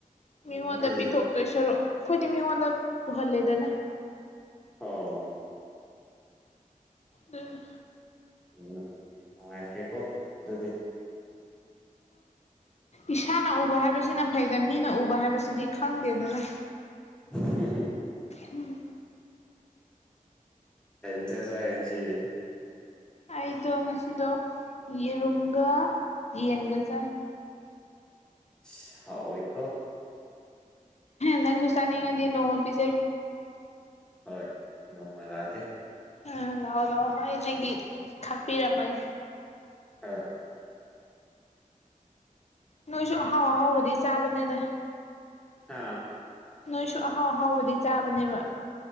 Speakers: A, on the left; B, in the centre.
A: ꯃꯤꯉꯣꯟꯗ
B: ꯅꯣꯏꯗꯤ
A: ꯄꯤꯊꯣꯛꯇꯣꯏ ꯁꯔꯨ ꯑꯩꯈꯣꯏꯗꯤ ꯃꯤꯉꯣꯟꯗ ꯎꯍꯜꯂꯦꯗꯅ
B: ꯑꯣ
A: ꯎꯝ
B: ꯎ ꯅꯨꯡꯉꯥꯏꯈ꯭꯭ꯔꯦꯀꯣ ꯑꯗꯨꯗꯤ
A: ꯏꯁꯥꯅ ꯎꯕ ꯍꯥꯏꯕꯁꯤꯅ ꯐꯩꯗ ꯃꯤꯅ ꯎꯕ ꯍꯥꯏꯕꯁꯤꯗꯤ ꯈꯪꯗꯦꯗꯅ
B: ꯍ
A: ꯎꯝ
B: ꯝꯊꯔ ꯆꯒꯦ ꯁꯤꯗꯤ
A: ꯑꯩꯗꯣ ꯉꯁꯤꯗꯣ ꯌꯦꯔꯨꯝꯒ ꯌꯦꯟꯒ ꯆꯥꯏ
B: ꯁꯥꯎ ꯀ
A: ꯅꯪ ꯁꯨꯁꯥꯅꯤꯡꯉꯗꯤ ꯅꯣꯡꯉ ꯄꯖꯦ
B: ꯍꯣꯏ ꯅꯣꯡꯃ ꯂꯥꯛꯑꯒꯦ
A: ꯎꯝ ꯂꯥꯛꯑꯣ ꯂꯥꯛꯑꯣ ꯑꯩꯏ ꯅꯪꯒꯤ ꯊꯥꯛꯄꯤꯔꯝꯃꯒꯦ
B: ꯍꯣꯏ
A: ꯅꯣꯏꯁꯨ ꯑꯍꯥꯎ ꯑꯍꯥꯎꯕꯗꯤ ꯆꯥꯕꯅꯤꯗ
B: ꯍꯥꯥ
A: ꯅꯣꯏꯁꯨ ꯑꯍꯥꯎ ꯑꯍꯥꯎꯕꯗꯤ ꯆꯥꯕꯅꯦꯕ